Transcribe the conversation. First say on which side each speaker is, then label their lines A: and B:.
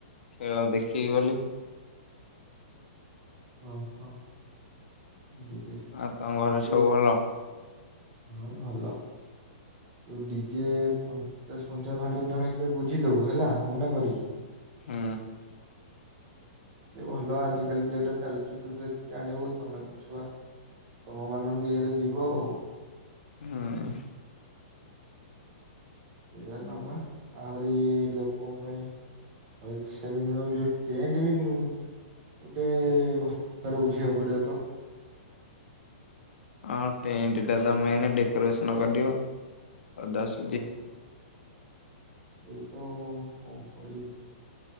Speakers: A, on the left (about 70°); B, on the right (about 20°).
A: ଖେଳ ଦେଖିବି ବୋଲି।
B: ଓହୋ ଡିଜେ
A: ଆଉ ତମ ଘରେ
B: ଡିଜେ
A: ସବୁ ଭଲ?
B: ହଁ ଭଲ। ତୁ ଡି ଜେ ପଞ୍ଚାଶ ପଞ୍ଚାବନ ହଜାର ଟଙ୍କା ଭିତରେ ବୁଝିଦବୁ ହେଲା ମନେ କରିକି।
A: ହୁଁ।
B: ଯେ ଭଲ ଆଜିକାଲି ଯୋଉଟା ଚାଲିଚି ତୁ ଦେଖିକି ଆଣିବୁ ତମ ତି ଛୁଆ। ତମମାନଙ୍କ ଇଏରେ ଯିବ ଆଉ।
A: ହୁଁ।
B: ଏରା ନବା ଆହୁରି ଲୋକଙ୍କ ପାଇଁ ଆଉ ସେଦିନ ଭାବୁଚି ଟେଣ୍ଟ୍ ବି ମୁଁ ଗୋଟେ ଭ ତଡ଼େ ବୁଝିବାକୁ ପଡ଼ିବ ତ।
A: ଅଁ ଟେଣ୍ଟ୍ ଟା ତ ମେନ୍ ଡେକୋରେସନ୍ କରିିବ ଅଦାସ୍
B: ହଁ ତ। ଏଇ ତ ଆଉ କଁ କରିବି?